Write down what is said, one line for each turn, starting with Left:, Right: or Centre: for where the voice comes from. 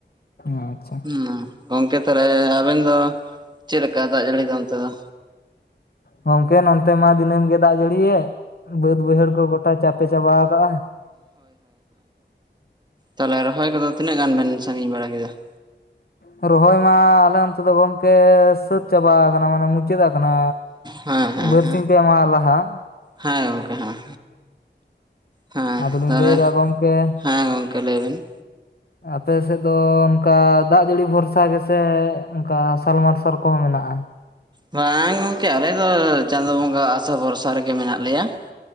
Left: ᱦᱚᱸ ᱟᱪᱪᱷᱟ᱾
Right: ᱦᱩᱸ ᱜᱚᱝᱠᱮ ᱛᱟᱦᱞᱮ ᱟᱵᱮᱱ ᱫᱚ ᱪᱮᱫ ᱞᱮᱠᱟ ᱫᱟᱜ ᱡᱟᱹᱲᱤ ᱫᱚ ᱚᱱᱛᱮ ᱫᱚ?
Left: ᱦᱚᱝᱠᱮ ᱱᱚᱱᱛᱮ ᱢᱟ ᱫᱤᱱᱟᱹᱢ ᱜᱮᱫᱟᱜ ᱡᱟᱹᱲᱤᱭᱮᱫ᱾ ᱵᱟᱹᱫᱽ ᱵᱟᱹᱭᱦᱟᱹᱲ ᱠᱚ ᱜᱚᱴᱟ ᱪᱟᱯᱮ ᱪᱟᱵᱟ ᱠᱟᱱᱟ᱾
Right: ᱛᱟᱞᱦᱮ ᱨᱚᱦᱚᱭ ᱠᱚᱫᱚ ᱛᱤᱱᱟᱹᱜ ᱜᱟᱱ ᱵᱮᱱ ᱥᱟᱺᱜᱤᱧ ᱵᱟᱲᱟ ᱠᱮᱫᱟ ᱾
Left: ᱨᱚᱦᱚᱭ ᱢᱟ ᱟᱞᱮ ᱚᱱᱛᱮ ᱫᱚ ᱜᱚᱢᱠᱮ ᱥᱟᱹᱛ ᱪᱟᱵᱟ ᱠᱟᱱᱟ ᱢᱟᱱᱮ ᱢᱩᱪ ᱪᱮᱫᱟ ᱠᱟᱱᱟ
Right: ᱦᱮᱸ ᱦᱮᱸ
Left: ᱵᱟᱹᱨᱥᱤᱝ
Right: ᱦᱮᱸ
Left: ᱯᱮ ᱢᱟᱦᱟ ᱞᱟᱦᱟ ᱾
Right: ᱦᱮᱸ ᱜᱚᱢᱠᱮ ᱦᱮᱸ ᱦᱮᱸ
Left: ᱟᱫᱚᱞᱤᱧ
Right: ᱛᱟᱦᱚᱞᱮ
Left: ᱞᱟᱹᱭᱫᱟ ᱜᱚᱢᱠᱮ ᱾
Right: ᱦᱮᱸ ᱜᱚᱝᱠᱮ ᱞᱟᱹᱭ ᱵᱤᱱ
Left: ᱟᱯᱮ ᱥᱮᱜ ᱫᱚ ᱚᱱᱠᱟ ᱫᱟᱜ ᱡᱟᱹᱲᱤ ᱵᱷᱚᱨᱥᱟ ᱜᱮᱥᱮ ᱚᱱᱠᱟ ᱥᱟᱞᱢᱟᱨᱥᱟᱞ ᱠᱚᱦᱚᱸ ᱢᱮᱱᱟᱜᱼᱟ ᱾
Right: ᱵᱟᱝ ᱜᱚᱝᱠᱮ ᱟᱞᱮ ᱫᱚ ᱪᱟᱸᱫᱳ ᱵᱚᱸᱜᱟ ᱟᱥᱟ ᱵᱷᱚᱨᱥᱟ ᱨᱮᱜᱮ ᱢᱮᱱᱟᱜ ᱞᱮᱭᱟ ᱾